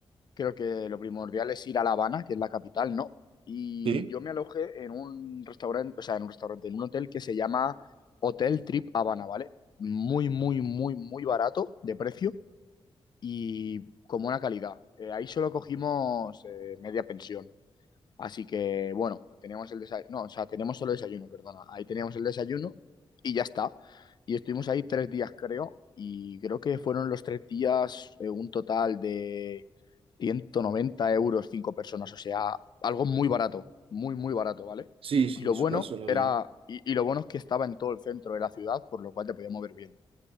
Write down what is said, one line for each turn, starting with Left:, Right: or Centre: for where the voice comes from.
Left: creo que lo primordial es ir a La Habana, que es la capital, ¿no? Y
Right: ¿Sí?
Left: yo me alojé en un restaurante, o sea, en un restaurante, en un hotel que se llama Hotel Trip Habana, ¿vale? Muy, muy, muy, muy barato de precio y con buena calidad. Eh, ahí solo cogimos eh, media pensión. Así que, bueno, teníamos el desayuno, no, o sea, tenemos solo desayuno, perdona. Ahí teníamos el desayuno y ya está. Y estuvimos ahí tres días, creo, y creo que fueron los tres días eh, un total de 190 euros cinco personas, o sea, algo muy barato, muy, muy barato, ¿vale?
Right: Sí, sí,
Left: Y lo
Right: suena,
Left: bueno
Right: suena
Left: era,
Right: bien.
Left: y, y lo bueno es que estaba en todo el centro de la ciudad, por lo cual te podías mover bien.